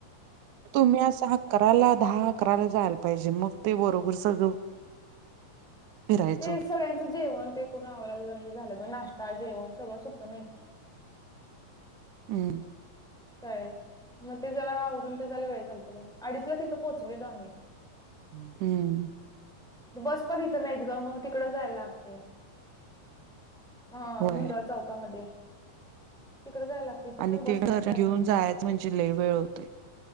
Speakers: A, on the right; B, in the centre.
A: तुम्ही असा अकराला दहा अकराला जायला पाहिजे मग ते बरोबर सगळं. फिरायचं
B: ते सगळ्यांचं जेवण ते करून आवराला जर हे झालं तर नाश्त. ताजेवण सगळंच होतं नाही.
A: हम्म.
B: तळेल मग ते जला आवरून ते त्याला वेळ चागत अडीचला तिथं पोहोचलेलो आम्ही
A: हम्म.
B: बस पण इथं नाहीत गं मग तिकडं जायला लागते. ह
A: होय
B: मुंडळ चौकामध्ये तडे जाय लाग तिथ
A: आणि
B: पण बस
A: ते घर
B: नाही टाइम
A: घेऊन जायच म्हणजे लय वेळ होतोय.